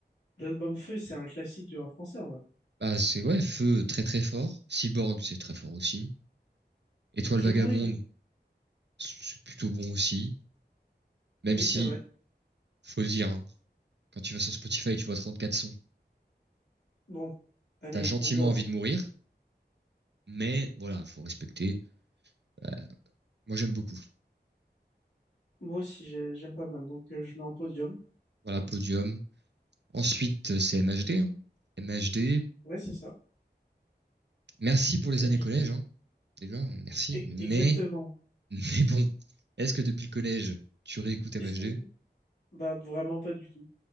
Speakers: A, on the left; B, on the right.
A: l'album Feu, c'est un classique du rap français, en vrai.
B: Bah, c'est ouais, Feu très très fort. Cyborg, c'est très fort aussi. Étoile
A: J'ai
B: vagabonde,
A: moins aimé.
B: c'est plutôt bon aussi. Même
A: Oui,
B: si,
A: c'est vrai.
B: faut le dire, hein, quand tu vas sur Spotify, tu vois 34 sons.
A: Bon, allez,
B: t'as gentiment
A: on, on dort.
B: envie de
A: hein.
B: mourir, mais voilà, faut respecter. Euh, moi, j'aime beaucoup.
A: Moi aussi, j'ai- j'aime pas mal, donc euh, je mets en Podium.
B: Voilà, podium. Ensuite, euh, c'est MHD. hein. MHD,
A: Ouais, c'est ça.
B: merci pour les
A: Imagine-
B: années collège, hein. déjà, merci.
A: E-
B: Mais,
A: Exactement.
B: mais bon, est-ce que depuis le collège, tu réécoutes MHD
A: Est-ce qu'on... Bah, vraiment pas du tout.